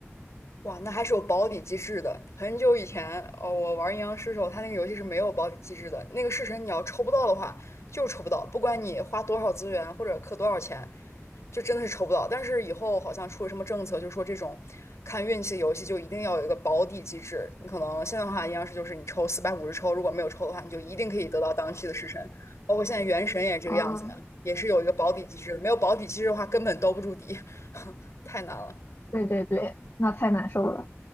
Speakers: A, on the left; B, on the left.
A: 哇，那还是有保底机制的。很久以前，哦，我玩阴阳师的时候，它那个游戏是没有保底机制的。那个式神你要抽不到的话，就是抽不到，不管你花多少资源或者氪多少钱，就真的是抽不到。但是以后好像出了什么政策，就说这种看运气的游戏就一定要有一个保底机制。你可能现在的话，阴阳师就是你抽四百五十抽，如果没有抽的话，你就一定可以得到当期的式神。包括现在原神也是这个样子嘛，
B: 嗯，
A: 也是有一个保底机制的。没有保底机制的话，根本兜不住底，<laughs> 太难了。
B: 对对对，那太难受了。